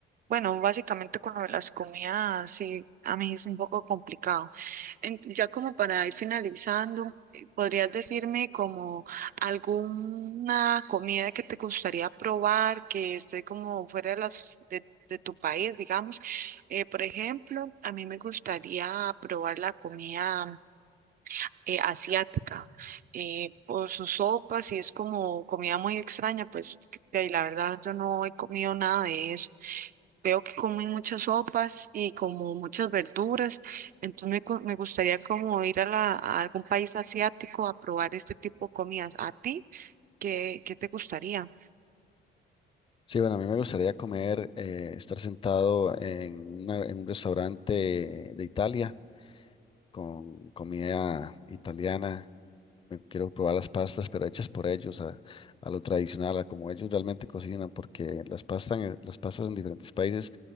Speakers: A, on the right; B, on the left.
A: bueno, básicamente con lo de las comidas, sí, a mí es un poco complicado. En- ya como para ir finalizando, eh, ¿podrías decirme como alguna comida que te gustaría probar, que esté como fuera de las... de de tu país, digamos. Eh, por ejemplo, a mí me gustaría probar la comida eh, asiática eh, por sus sopas y es como comida muy extraña, pues que- que la verdad yo no he comido nada de eso. Veo que comen muchas sopas y como muchas verduras, entonces me, gu- me gustaría como ir a, la, a algún país asiático a probar este tipo de comidas. ¿A ti qué, qué te gustaría?
B: Sí, bueno, a mí me gustaría comer, eh, estar sentado en, una- en un restaurante de Italia con comida italiana. Me quiero probar las pastas, pero hechas por ellos, a, a lo tradicional, a como ellos realmente cocinan, porque las pastas, en- las pastas en diferentes países